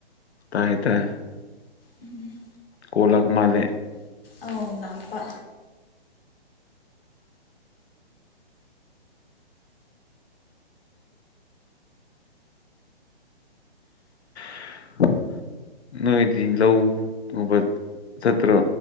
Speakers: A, on the left; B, on the left.
A: ꯇꯥꯏ ꯇꯥꯏ
B: ꯎꯝ
A: ꯀꯣꯜ ꯂꯥꯛꯄ ꯃꯜꯂꯦ
B: ꯑꯧ ꯂꯥꯛꯄ
A: <inaudible> ꯅꯣꯏꯗꯤ ꯂꯧꯎꯕ ꯆꯠꯇ꯭ꯔꯣ